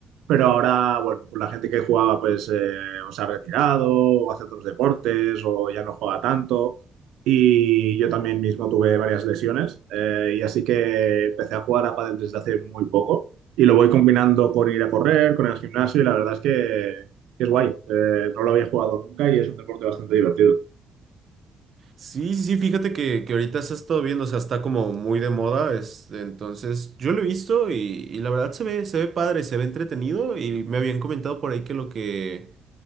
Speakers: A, on the right (about 85°); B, on the right (about 50°).
A: pero ahora, bueno, pues la gente que jugaba pues eh, o se ha retirado, o hace otros deportes, o ya no juega tanto, y yo también mismo tuve varias lesiones, eh, y así que empecé a jugar a pádel desde hace muy poco y lo voy combinando con ir a correr, con el gimnasio y la verdad es que, que es guay. Eh, no lo había jugado nunca y es un deporte bastante divertido.
B: Sí, sí, sí, fíjate que, que ahorita se ha estado viendo, o sea, está como muy de moda, este, entonces yo lo he visto y, y la verdad se ve, se ve padre, se ve entretenido y me habían comentado por ahí que lo que,